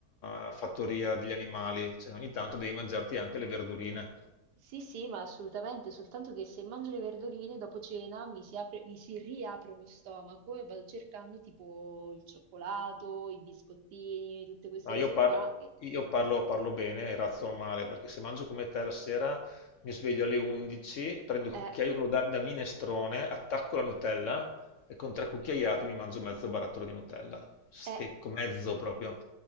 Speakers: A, on the left; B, on the right.
A: la fattoria degli animali, cioè ogni tanto devi mangiarti anche le verdurine.
B: Sì, sì, ma assolutamente, soltanto che se mangio le verdurine dopo cena mi si apre, mi si riapre lo stomaco e vado cercando tipo il cioccolato, i biscottini, tutte queste
A: No,
B: cose
A: io, par-
B: qua che
A: io parlo, parlo bene e razzo male, perché se mangio come te la sera mi sveglio alle 11, prendo il
B: eh,
A: cucchiaio quello da, da minestrone, attacco la Nutella e con tre cucchiaiate mi mangio mezzo barattolo di Nutella. Stecco,
B: eh,
A: mezzo proprio.